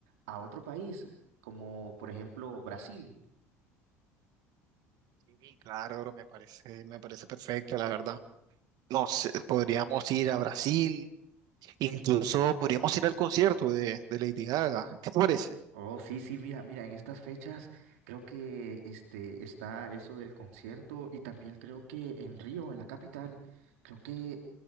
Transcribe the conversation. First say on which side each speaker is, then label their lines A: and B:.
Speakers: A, on the right; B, on the right.
A: a otro país, como por ejemplo Brasil?
B: Sí, claro, bro, me parece, me parece perfecto, la verdad. No sé, podríamos ir a Brasil, incluso podríamos ir al concierto de, de Lady Gaga. ¿Qué te parece?
A: Oh, sí, sí, mira, mira, en estas fechas creo que este está eso del concierto y también creo que en Río, en la capital, creo que